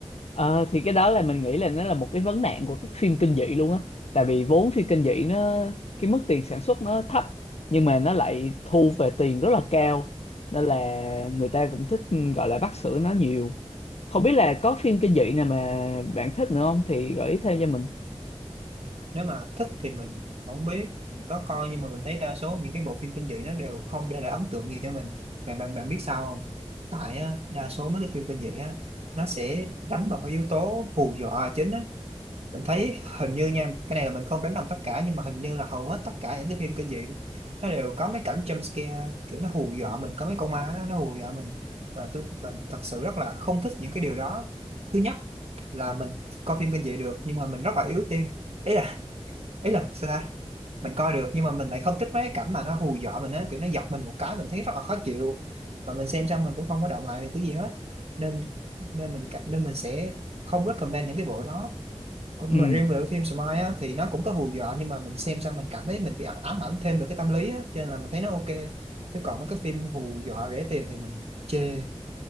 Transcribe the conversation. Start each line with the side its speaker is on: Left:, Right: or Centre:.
Left: ờ, thì cái đó là mình nghĩ là nó là một cái vấn nạn của các phim kinh dị luôn á tại vì vốn phim kinh dị nó cái mức tiền sản xuất nó thấp nhưng mà nó lại thu về tiền rất là cao nên là người ta cũng thích ừ, gọi là bắt sữa nó nhiều không biết là có phim kinh dị nào mà bạn thích nữa không thì gợi ý thêm cho mình
Right: nếu mà thích thì mình không biết mình có coi nhưng mà mình thấy đa số những cái bộ phim kinh dị nó đều không để lại ấn tượng gì cho mình bạn bạn bạn biết sao không tại á, đa số mấy cái phim kinh dị á nó sẽ đánh vào cái yếu tố hù dọa là chính á mình thấy hình như nha cái này là mình không đánh đồng tất cả nhưng mà hình như là hầu hết tất cả những cái phim kinh dị nó đều có mấy cảnh jump scare kiểu nó hù dọa mình có mấy con ma á, nó hù dọa mình và tôi và mình thật sự rất là không thích những cái điều đó thứ nhất là mình coi phim kinh dị được nhưng mà mình rất là yếu tim ý là ý là sao ta mình coi được nhưng mà mình lại không thích mấy cái cảnh mà nó hù dọa mình á kiểu nó giật mình một cái mình thấy rất là khó chịu mà mình xem xong mình cũng không có động lại được cái gì hết nên nên mình cảm- nên mình sẽ không recommend những cái bộ đó Còn
Left: ừ
Right: nhưng mà riêng về cái phim Smile á thì nó cũng có hù dọa nhưng mà mình xem xong mình cảm thấy mình bị ám ảnh thêm về cái tâm lý á cho nên là mình thấy nó ok chứ còn mấy cái phim hù dọa rẻ tiền thì mình chê